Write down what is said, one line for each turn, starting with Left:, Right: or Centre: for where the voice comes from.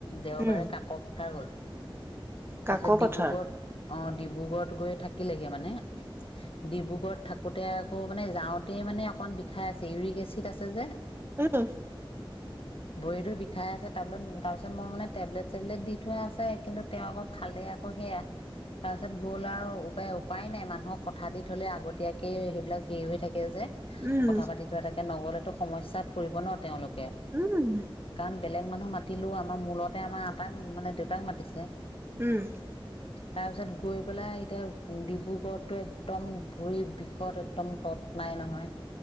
Left: দেওবাৰে
Right: উম,
Left: কাকত হে গ'ল। তাৰ
Right: কাক
Left: পিছত
Right: পথাৰ
Left: ডিব্ৰুগড় অ ডিব্ৰুগড়ত গৈ থাকিলেগে মানে, ডিব্ৰুগড়ত থাকোতে আকৌ মানে যাওঁতেই মানে অকমান বিষাই আছে ইউৰিক এচিড আছে যে।
Right: উম।
Left: ভৰিটো বিষাই আছে তাৰপিছত, তাৰপিছত মই মানে টেবলেট চেবলেট দি থোৱা আছে কিন্তু তেওঁ আকৌ খালে আকৌ সেয়া তাৰপাছত গ'ল আৰু উপায় উপায় নাই মানুহক কথা দি থলে আগতীয়াকেই সেইবিলাক হেৰি হৈ থাকে কে যে
Right: উম,
Left: কথা পাতি থোৱা এটা নগলেতো সমস্যাত পৰিব ন তেওঁলোকে,
Right: উম,
Left: কাৰণ বেলেগ মানুহ মাতিলেও আমাৰ মূলতে আমাৰ আটাক মানে দেউতাক মাতিছে।
Right: উম।
Left: তাৰ পিছত গৈ পেলাই এতিয়া ডিব্ৰুগড়তটো একদম ভৰি বিষত একদম তৎ নাই নহয়,